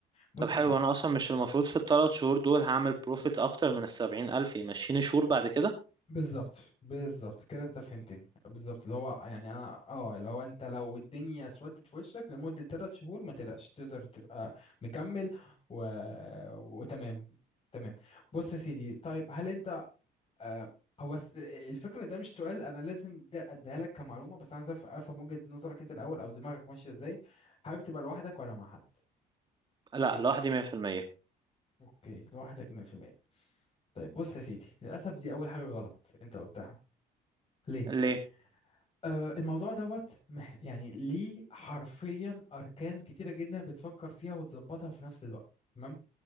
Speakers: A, on the left; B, on the right.
A: بص
B: طب حلو
A: يا سيدي
B: انا اصلا مش المفروض في الثلاث شهور دول هعمل بروفيت اكتر من السبعين الف يمشيني شهور بعد كده
A: بالظبط بالظبط كده انت فهمتني بالظبط اللي هو يعني انا اه اللي هو انت لو الدنيا اسودت في وشك لمدة ثلاث شهور ما تقلقش تقدر تبقى مكمل و... وتمام تمام بص يا سيدي طيب هل انت آه هو الس- الفكرة ده مش سؤال انا لازم ده اديها لك كمعلومة بس انا عايز أف- افهم وجهة نظرك انت الاول او دماغك ماشية ازاي حابب تبقى لوحدك ولا مع حد شريك
B: لا لوحدي مية في المية
A: اوكي لوحدك 100% طيب بص يا سيدي للاسف دي اول حاجة غلط انت قلتها ليه
B: ليه
A: آه، الموضوع دوت مح- يعني ليه حرفيا أركان كتيرة جدا بتفكر فيها وتظبطها في نفس الوقت تمام،